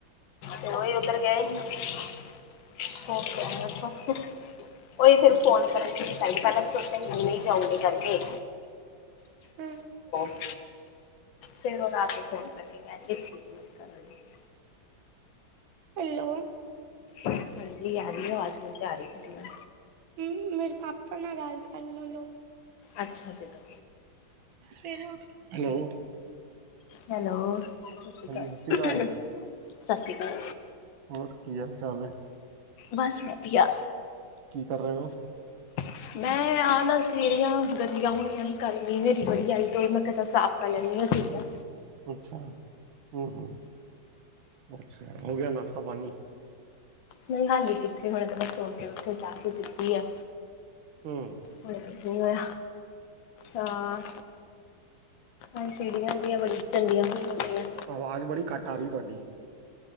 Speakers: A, on the left; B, on the right.
A: ਤੇ ਓਹੀ ਉੱਧਰ ਗਏ ਸੀ। ਕੁੰਮ ਕੇ ਆਏ ਆ ਓਥੋਂ ਓਈ ਫੇਰ ਫੋਨ ਕਰਨ ਢਈ ਸੀ ਪੈਲੀ ਪੈਲਾ ਤਾਂ ਸੋਚਿਆ ਨਈ ਜਾਊਂਗੀ ਕਰਕੇ
B: ਹੂੰ।
A: ਹੂੰ, ਫੇਰ ਓ ਰਾਤੀ ਫੋਨ ਕਰਕੇ ਕੈਂਨਗੇ ਅਸੀਂ ਮਿਸ ਕਰ ਰੇ ਸੀ।
B: ਹੈਲੋ
A: ਹਾਂਜੀ ਆ ਰੀ ਆਵਾਜ਼ ਮੈਨੂੰ ਤਾਂ ਆ ਰੀ ਤੁਆਡੀ ਵਾਜ।
B: ਹੂੰ ਮੇਰੇ ਪਾਪਾ ਨਾਲ ਗੱਲ ਕਰ ਲੌ ਲੋ।
A: ਅੱਛਾ ਦੇ ਦੋ।
B: ਹੈਲੋ
A: ਹੈਲੋ ਸਾਸ
B: ਹਾਂਜੀ
A: ਸ੍ਰੀ ਕਾਲ-
B: ਸਤਿ ਸ਼੍ਰੀ ਅਕਾਲ
A: ਸਾਸ ਸ਼੍ਰੀ ਕਾਲ
B: ਹੋਰ ਕੀ ਹਾਲ-ਚਾਲ ਐ?
A: ਬਸ ਵਧੀਆ।
B: ਕੀ ਕਰ ਰਹੇ ੳ?
A: <unintelligible> ਮੈਂ ਆਹ ਨਾ ਸੀਢੀ਼ਆਂ ਗੰਦੀਆਂ ਹੋਈਆਂ ਸੀ ਕੱਲ ਮੀਂਹ, ਨੇਰੀ ਬੜੀ ਆਈ ਤੇ ਮੈਂ ਕੇਆ ਚਲ ਸਾਫ ਕੱਲ ਏਨੀਆਂ ਸੀਢੀ਼ਆਂ
B: ਅੱਛਾ ਹੂੰ, ਹੂੰ, ਅੱਛਾ। ਹੋ ਗਿਆ ਨਾਸ਼ਤਾ ਪਾਨੀ।
A: ਨਈ ਹਾਲੇ ਕਿੱਥੇ ਹੁਣੇ ਤਾਂ ਬਸ ਸੋ ਕੇ ਉਠੇ, ਚਾ-ਚੂ ਪੀਤੀ ਐ।
B: ਹੂੰ।
A: ਹੁਣੇ ਤੇ ਨਈ ਹੋਏਆ ਹਾਂ ਏ ਸੀੜੀਆਂ ਜਿਆਂ ਬੜੀਆਂ ਗੰਦੀਆਂ ਹੋਈਆ ਪਈਐਂ।
B: ਆਵਾਜ ਬੜੀ ਘੱਟ ਆ ਰੀ ਤੁਆਡੀ।